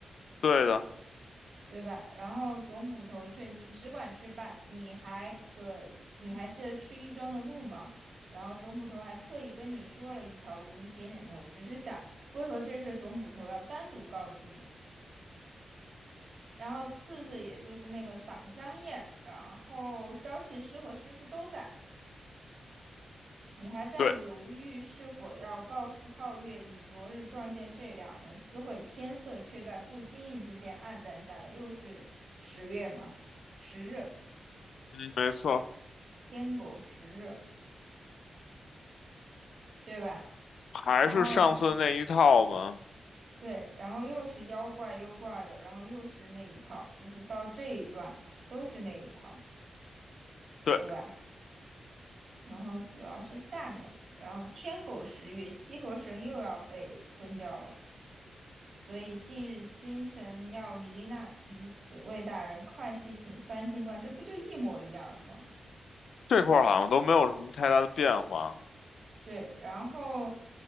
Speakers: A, on the left; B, on the right.
A: 对的，
B: 对吧？然后总捕头却你只管去办，你还可你还记得去亦庄的路吗？然后总捕头还特意跟你说了一条路，你点点头，只是想为何这事总捕头要单独告诉你？然后次日也就是那个赏香宴，然后萧琴师和诗诗都在，你还在犹豫是否要告诉皓月你昨日撞见这两人私会，
A: 对，
B: 天色却在不经意之间暗淡下来，又是十月嘛，十日。
A: 嗯，没错，
B: 天狗食日，对吧？
A: 还是上次那一套嘛。
B: 然后对，然后又是妖怪妖怪的，然后又是那一套，就是到这一段都是那一套，
A: 对，
B: 对吧？然后主要是下面，然后天狗食月，西河神又要被吞掉了，所以近日京城要罹难于此，魏大人快去请三清官，这不就一模一样了吗？
A: 这块儿好像都没有什么太大的变化。
B: 对，然后